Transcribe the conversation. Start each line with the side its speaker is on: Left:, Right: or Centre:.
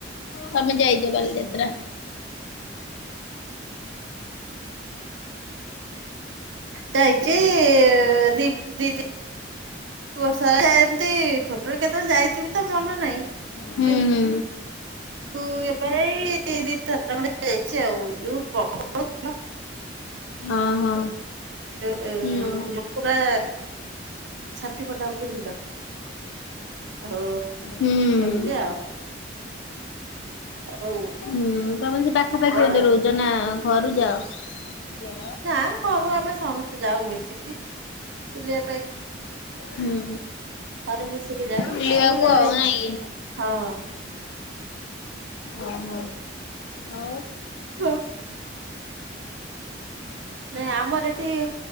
Left: ତମେ ଯାଇ ଚ ବାଲିଯାତ୍ରା
Right: ଯାଇଚି ଦିପ ଦିଦି ବର୍ଷ ଏମତି ଛୋଟବେଳେ କେତେବେଳେ ଯାଇଥିବି ତ ମନ ନାହିଁ
Left: ହୁଁ
Right: କିନ୍ତୁ
Left: ହୁଁ।
Right: ଏବେ ଏଇ ଦିଥର ଖଣ୍ଡେ ଯାଇଛି ଆଉ ଯୋଉ ପ୍ରବଳ
Left: ହଁ ହଁ,
Right: ଯେ
Left: ହୁଁ
Right: ପୁରା ଛାତି ପଟା ପିଟି ଭିଡ଼, ଆଉ
Left: ହୁଁ।
Right: ଏମତି ଆଉ ଆଉ
Left: ହୁଁ ତମେ ସେ ପାଖାପାଖି
Right: କଣ
Left: ଏଇଠେ ରହୁଛ ନା। ଘରୁ ଯାଅ।
Right: ନା ଘରୁ ଆମେ ସମସ୍ତେ ଯାଉ ମିଶିକି ବୁଲିବା ପାଇଁ
Left: ହୁଁ।
Right: ଘରେ ମିଶିକି ଯାଉ
Left: ବୁଲିବାକୁ
Right: ଆମର
Left: ଆଉ ନାଇଁ କି?
Right: ହଁ।
Left: ଓ ହୋ ଆଉ।
Right: ହଁ। ନା ଆମର ଏଠି